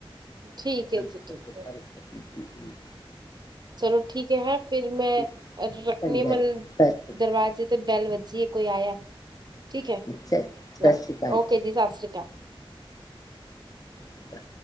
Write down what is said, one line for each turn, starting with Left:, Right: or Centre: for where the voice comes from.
Right: ਠੀਕ ਹੈ
Left: <unintelligible>
Right: ਜੀ ਠੀਕ ਹੈ
Left: ਹਮ।
Right: ਚਲੋ ਠੀਕ ਹੈ ਫਿਰ ਮੈਂ
Left: ਕੁਝ
Right: ਰੱਖਣੀ
Left: ਚੰਗਾ
Right: ਮਲ
Left: ਸਤਿ
Right: ਦਰਵਾਜ਼ੇ ਤੇ ਬੈਲ ਵੱਜੀ ਏ। ਕੋਈ ਆਇਆ। ਠੀਕ ਹੈ
Left: ਸ਼੍ਰੀ ਅਕਾਲ ਸਤਿ
Right: ਰ
Left: ਸ਼੍ਰੀ ਅਕਾਲ
Right: ਓਕੇ ਜੀ ਸਤਿ ਸ਼੍ਰੀ ਅਕਾਲ।
Left: ਜੀ